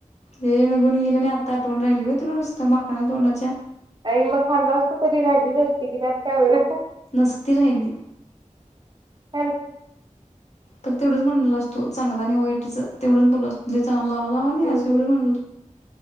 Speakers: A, on the left; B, on the right.
A: ते निघून गेले. आत्ता आठवण राहिली हो तुला नुसतं माकड तोंडाच्या,
B: आणि मग खाल्लं असं तरी राहिलीच असती की, त्यात काय एवढं.
A: नसती राहिली,
B: ह
A: फक्त एवढंच म्हणल असतो. चांगला नाही वाईटच तेवढंच बोल असत लई चांगला
B: हम्म
A: असं एवढं म्ह